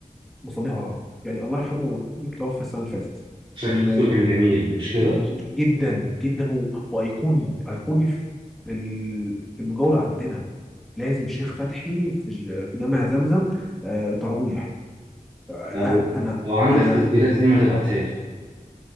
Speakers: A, in the centre; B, on the right.
A: بصليها وراه يعني الله يرحمه توفى السنه اللي فاتت
B: شكل
A: كان
B: صوته كان جميل مش كده
A: جدا جدا و... وايقوني ايقوني في ال- في المجاوره عندنا لازم شيخ فتحي في ج- في جامع زمزم آه، تراويح آه،
B: لو
A: انا
B: لو عندك
A: انا
B: تسجيلات ليه ما تبعتها لي